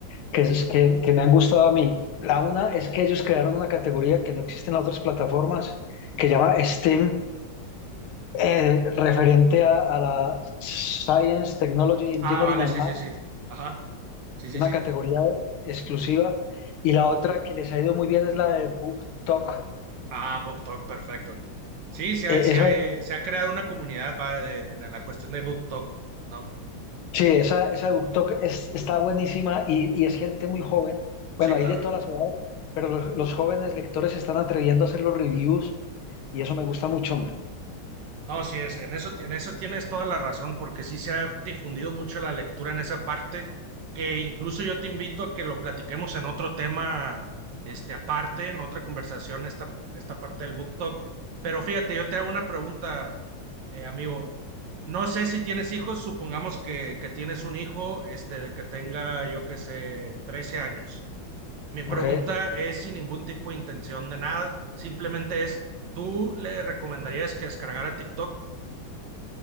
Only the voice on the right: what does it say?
Ah, vale,
sí,
sí, sí. Ajá. Sí, sí,
sí.
Ah, Book Talk, perfecto. Sí, sí, hay,
sí
hay- se ha creado una comunidad va, de- en la cuestión de Book Talk, ¿no?
Sí,
claro.
No, sí, es, en eso, en eso tienes toda la razón, porque sí se ha difundido mucho la lectura en esa parte, que incluso yo te invito a que lo platiquemos en otro tema, este, aparte, en otra conversación, esta, esta parte del book talk. Pero fíjate, yo te hago una pregunta, eh, amigo. No sé si tienes hijos, supongamos que, que tienes un hijo, este, de que tenga, yo qué sé, 13 años. Mi pregunta
es sin ningún tipo de intención de nada, simplemente es, ¿tú le recomendarías que descargara TikTok?